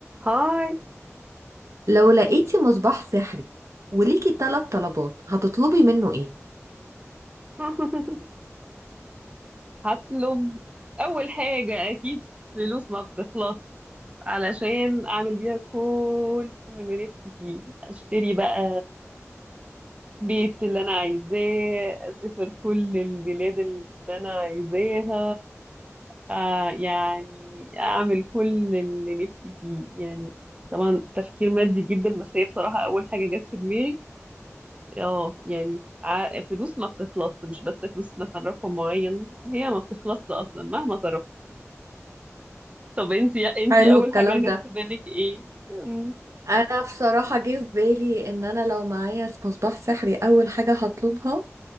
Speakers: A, on the right (about 25°); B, on the right (about 75°).
A: هاي
B: لو لقيتي مصباح سحري وليكي ثلاث طلبات هتطلبي منه ايه؟
A: <laughs> هطلب اول حاجة اكيد فلوس ما بتخلص علشان اعمل بيها كل اللي نفسي فيه اشتري بقى بيت اللي انا عايزاه اسافر كل البلاد اللي انا عايزاها آه يعني اعمل كل اللي نفسي فيه يعني طبعا تفكير مادي جدا بس هي بصراحة اول حاجة جت في دماغي اه يعني ع- فلوس ما بتخلص مش بس فلوس مثلا رقم معين هي ما بتخلصش اصلا مهما صرفت طب انتي انتي
B: حلو
A: اول
B: الكلام
A: حاجة جت
B: ده
A: في بالك ايه مم.
B: انا بصراحة جه في بالي ان انا لو معايا مصباح سحري اول حاجة هطلبها